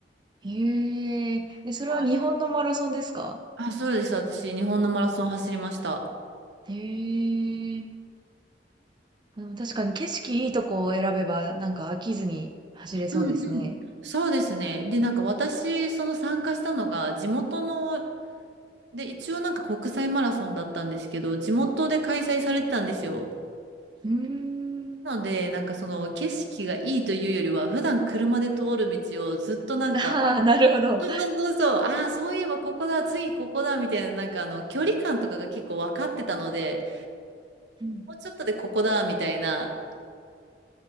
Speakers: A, on the right; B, on the right.
A: へえ。え、それは日本のマラソンですか？
B: はい。あ、そうです。私、日本のマラソン走りました。
A: へえ。あの、確かに景色いいとこを選べば、なんか飽きずに走れそうですね。
B: うんうん。そうですね。で、なんか私、その参加したのが、地元ので、一応なんか国際マラソンだったんですけど、地元で開催されてたんですよ。
A: うーん。
B: なので、なんかその景色がいいというよりは、普段車で通る道をずっとなんか、
A: <laughs> ああ、
B: あ
A: なるほど。
B: そうそうそうそう、ああ、そういえばここだ、次ここだ、みたいな、なんかあの、距離感とかが結構分かってたので、
A: うん。
B: もうちょっとでここだ、みたいな、